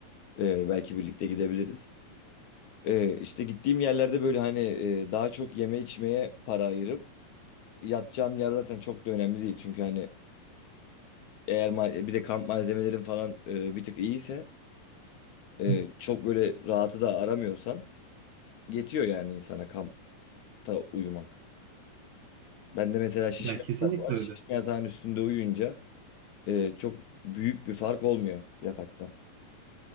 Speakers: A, on the left; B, on the right.
A: E, belki birlikte gidebiliriz. E, işte gittiğim yerlerde böyle hani e, daha çok yeme içmeye para ayırıp yatacağım yer zaten çok da önemli değil. Çünkü hani eğer ma- bir de kamp malzemelerin falan e, bir tık iyiyse e,
B: Hı.
A: çok böyle rahatı da aramıyorsan yetiyor yani insana kampta uyumak. Ben de mesela şişme
B: Ya kesinlikle
A: yatak var.
B: öyle.
A: Şişme yatağın üstünde uyuyunca e, çok büyük bir fark olmuyor yataktan.